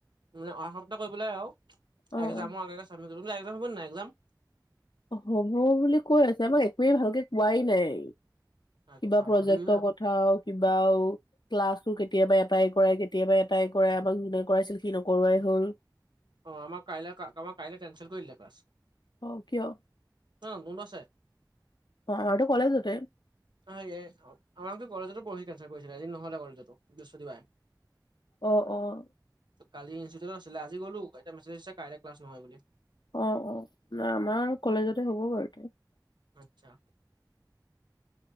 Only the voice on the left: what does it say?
অ',
হ'ব বুলি কৈ আছে, আমাক একোৱেই ভালকে কোৱাই নাই,
কিবা প্ৰজেক্ট
উঠাও কিবাও ক্লাছো কেতিয়াবা এটাই কৰাই, কেতিয়াবা এটাই কৰাই, আমাক যোনে কৰাইছিল সি নকৰোৱাই হ'ল।
অ কিয়?
অ', আৰুটো কলেজতে?
অ', অ'।
অ', অ', না আমাৰ কলেজতে হ'ব বাৰু।